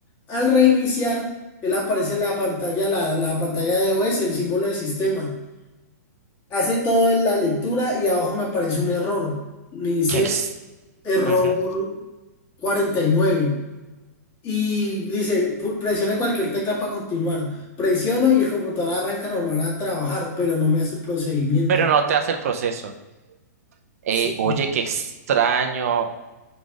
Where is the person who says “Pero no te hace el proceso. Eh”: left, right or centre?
Right